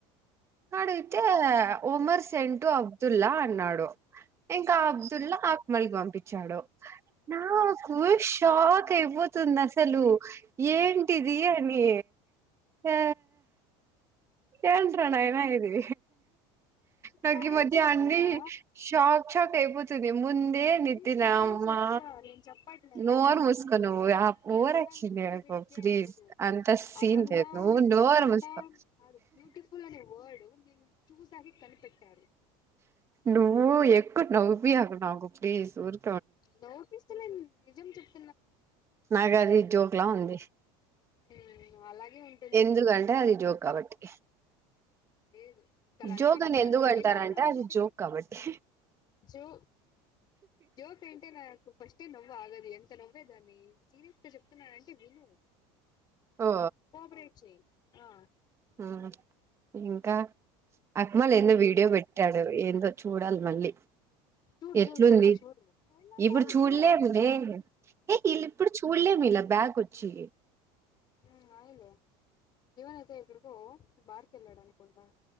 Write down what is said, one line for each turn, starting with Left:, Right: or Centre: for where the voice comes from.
Right: అడిగిత్ తే ఉమర్ సెంటూ అబ్దుల్లా అన్నాడు ఇంకా అబ్దుల్లా అక్మల్ కి పంపించాడు నా కు షాక్ అయిపోతుంది అసలు ఏంటిది అని ఆ ఏంట్రా నాయనా ఇది నాకి
Left: థ్యాంక్స్
Right: మధ్య
Left: చెప్పురా
Right: అన్నీ షాక్ షాక్ ఏముద్ తది ముందే నితిన
Left: నీ ఫ్యాన్స్
Right: అమ్మా
Left: ఎక్కువ నేను చెప్పట్లేదా
Right: నోర్ ముస్కో నువ్వు ఆ
Left: నీ
Right: ఓవర్
Left: అందానికి
Right: యాక్షన్ చేయకు
Left: తిరిగ్గే
Right: ప్లీజ్
Left: లేదు
Right: అంత సీన్
Left: అందం
Right: లేదు నోర్
Left: అందం
Right: ముస్కో
Left: కాదు బ్యూటిఫుల్ అని వర్డ్ ఇపుడు నిన్ను చూసాకే కనిపెట్టారు
Right: నువ్వు ఎక్కువ నవ్విపియ్యకు నాకు ప్లీజ్ ఉర్
Left: నవ్వు పిస్తలేన్ నిజం చెప్
Right: నాక్ అది జోక్లా ఉంది
Left: మ్మ్ అలాగే ఉంటుంది
Right: ఎందుకంటే అది జోక్ కాబట్టి
Left: లేదు మీకు అలా అనిపిస్తుంది
Right: జోక్ అని ఎందుకు
Left: అంతే
Right: అంటారంటే
Left: నేను నార్మల్గా
Right: అది
Left: చెప్పట్లే
Right: జోక్ కాబట్టి
Left: జో జోక్ అంటే నాకు ఫస్టే నవ్వు ఆగది ఎంత నవ్వేదాన్ని సీరియస్ గా చెప్తున్నానంటే విను
Right: ఓ
Left: కోపరేట్ చేయి ఆ
Right: ఆ ఇంకా అక్మల్ ఎన్నో వీడియో పెట్టాడు ఏందో చూడాలి మళ్ళీ
Left: చూడు
Right: ఎట్లుంది
Left: చూడు తరుగు చూడు
Right: ఇప్పుడు చూడలేములే
Left: చూడాలిగా
Right: ఏ ఇళ ఇప్పుడు చూడలేము ఇలా. బ్యాక్ వచ్చి
Left: హ్మ్మ్ అయిలే జీవన్ అయితే ఎక్కడికో బార్కెళ్లాడనుకుంటా